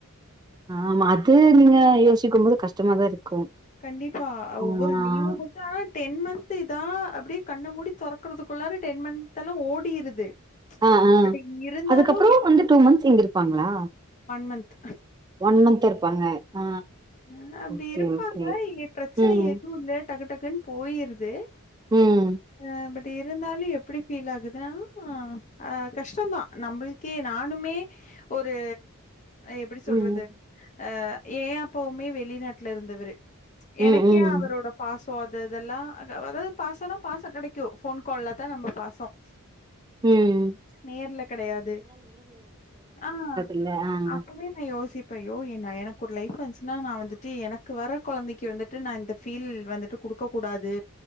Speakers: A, on the right; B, on the left.
A: ஆமா அது நீங்க யோசிக்கம் போது கஷ்டமாதா இருக்கு
B: கண்டிப்பா
A: ஆ
B: ஒவ்வொரு லீவுக்கு இது ஆனா டென் மந்த்துதா அப்டியே கண்ண மூடி தொறக்குறதுக்குல்லாற டென் மந்துல்லா ஓடிருது
A: அ ஆ
B: பட் இருந்தாலும்
A: அதுக்கப்பறோ
B: எப்
A: வந்து டூ மந்த்ஸ் இங்க இருப்பாங்களா
B: மந்த்
A: ஒன் மந்த் இருப்பாங்க ஆ
B: அ அப்டி
A: ஓகே,
B: இருப்பாங்க
A: ஓகே.
B: இங்க பிரச்சன
A: ம்,
B: எதுவும் இல்ல டக்கு டக்குன்னு போயிருது
A: ம்
B: அ பட் இருந்தாலு எப்டி ஃபீல் ஆகுதுன்னா அ கஷ்டோந்தா நம்முளுக்கே நானுமே ஒரு எப்டி
A: ம்,
B: சொல்றது அ ஏ அப்பாவுமே வெளிநாட்டுல இருந்தவரு
A: ம்,
B: எனக்கே
A: ம்,
B: அவரோட பாசோ அது இதெல்லா அதாவது பாசனா பாசொ கெடைக்கும் ஃபோன் கால்ல தா நம்ம பாசம்
A: ம்.
B: நேர்ல கெடையாது ஆ
A: இல்ல ஆ
B: அப்பவே நா யோசிப்பே அயோ என்ன எனக்கு ஒரு லைஃப் வந்துச்ன்னா நா வந்துட்டு எனக்கு வர கொழந்தைக்கு வந்துட் ட்டு நா இந்த ஃபீல் வந்துட்டு குடுக்க கூடாது